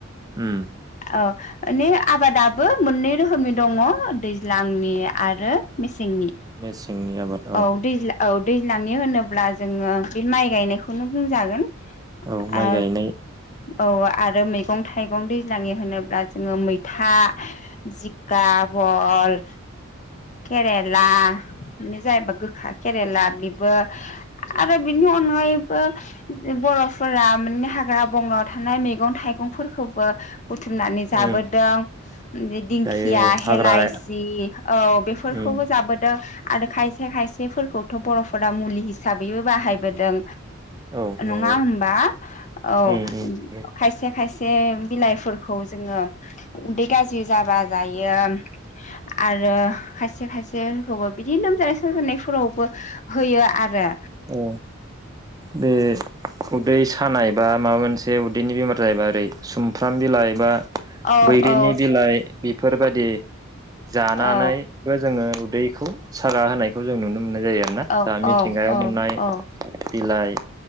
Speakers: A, on the right; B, on the left.
A: उम
B: औ माने आबादाबो मोननै रोखोमनि दङ दैज्लांनि आरो मेस सेंनि
A: मेसेंनि आबाद
B: औ दैज्लां औ दैज्लांनि होनोब्ला जोङो बे माइ गायनायखौनो बुंजागोन
A: औ माइ
B: आ
A: गायनाय
B: औ आरो मैगं थाइगं दैज्लांनि होनोब्ला जोङो मैथा जिंका बल केरेला बे जाहैबाय गोखा केरेला बेबो आरो बिनि अनगायैबो बर'फोरा माने हाग्रा बंग्रायाव थानाय मैगं थाइगंफोरखौबो बुथुमनानै जाबोदों
A: उम
B: दिंखिया
A: दायो औ
B: हेलाइसि
A: हाग्रा
B: औ बेफोरखौबो
A: उम
B: जाबोदों आरो खायसे खायसेफोरखौथ' बर'फोरा मुलि हिसाबैबो बाहायबोदों
A: औ नंगौ
B: नङा होनबा औ
A: उम उम नंगौ
B: खायसे खायसे ए बिलाइफोरखौ जोङो उदै गाज्रि जाबा जायो आरो खायसे खायसेखौबो बिदि लोमजानाय साजानायफोरावबो होयो आरो
A: औ बे उदै खानाय एबा माबा मोनसे उदैनि बेमार जायोैबा ओरै सुमफ्राम बिलाइ बा
B: औ
A: बैग्रिनि
B: औ
A: बिलाइ बेफोरबादि जानानैबो
B: औ
A: जोङो दैखौ सागा होनायखौ जों नुनो मोननाय जायो आरो ना
B: औ
A: जा मिथिंगायाव
B: औ
A: मोननाय
B: औ
A: बिलाइ